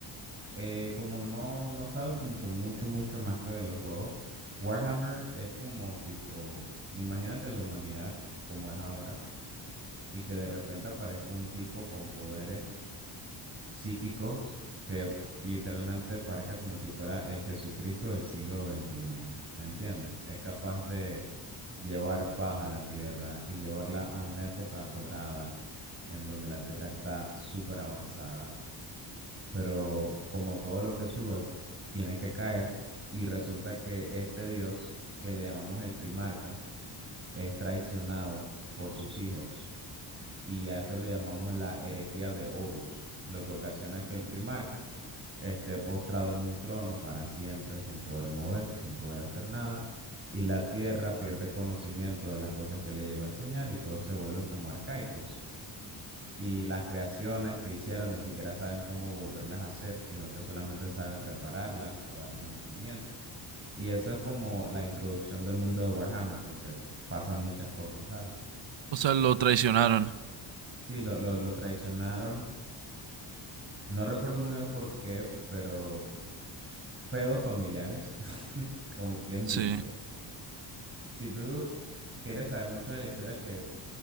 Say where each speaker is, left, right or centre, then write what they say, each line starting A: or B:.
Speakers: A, on the right; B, on the right.
A: eh, como no, no sabes como que mucho, mucho más que de los juegos, Warhammer es como tipo, imagínate la humanidad como es ahora y que de repente aparezca un tipo con poderes psíquicos que literalmente parezca como si fuera el Jesucristo del siglo XXI. ¿Entiendes? Es capaz de llevar paz a la tierra y llevarla a una época dorada en donde la tierra está súper avanzada. Pero como todo lo que sube tiene que caer y resulta que este Dios, que le llamamos el primarca, es traicionado por sus hijos y a eso le llamamos la herejía de Horus, lo que ocasiona que el primarca esté postrado en un trono para siempre, sin poder moverse, sin poder hacer nada, y la tierra pierde conocimiento de las cosas que le llegó a enseñar y todos se vuelven como arcaicos. Y las creaciones que hicieron ni siquiera saben cómo volverlas a hacer, sino que solamente saben repararlas o darle mantenimiento. Y eso es como la introducción del mundo de Warhammer, porque pasan muchas cosas, ¿sabes?
B: O sea, lo traicionaron.
A: Sí, lo, lo, lo traicionaron No recuerdo muy bien por qué, pero pedos familiares, <laughs> como quien
B: Sí,
A: dice. Si tú quieres saber mucho de la historia que